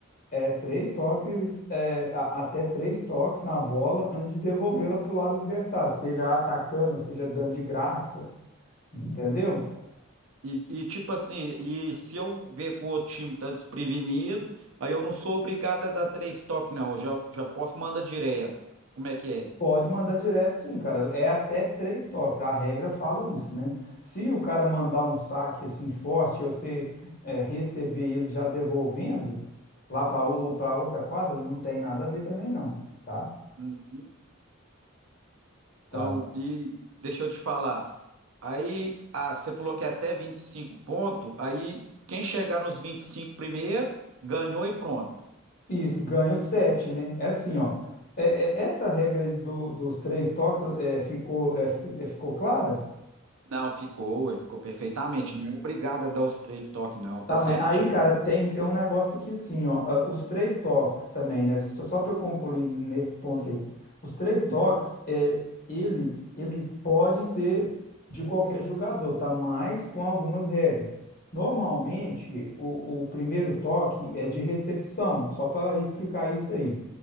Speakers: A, on the left (about 45°); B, on the right (about 70°).
A: É três toques, é, a- até três toques na bola antes de devolvê-la
B: Hum.
A: pro lado adversário, seja atacando, seja dando de graça, entendeu?
B: E, e, tipo assim, e se eu ver que o outro time tá desprevenido, aí eu não sou obrigado a dar três toques, não. Eu já, já posso mandar direto. Como é que é?
A: Pode mandar direto, sim, cara. É até três toques. A regra fala isso, né? Se o cara mandar um saque assim forte e você eh, receber ele já devolvendo lá para outra quadra, não tem nada a ver também, não, tá?
B: Uhum. Então,
A: Tá.
B: e deixa eu te falar. Aí, ah, você falou que é até 25 pontos, aí quem chegar nos 25 primeiro, ganhou e pronto.
A: Isso, ganho sete, né? É assim, ó. É, é- essa regra aí do, dos três toques eh, ficou, eh, fi- eh, ficou clara?
B: Não, ficou, ué, ficou perfeitamente. Não é obrigado a dar os três toques, não, tá
A: Tá,
B: certinho.
A: mas aí, cara, tem, tem um negócio aqui assim, ó. ah, Os três toques também, né? Só, só para eu concluir nesse ponto aí. Os três toques,
B: Uhum.
A: é, ele, ele pode ser de qualquer jogador, tá? Mas com algumas regras. Normalmente, o, o primeiro toque é de recepção, só para explicar isso daí.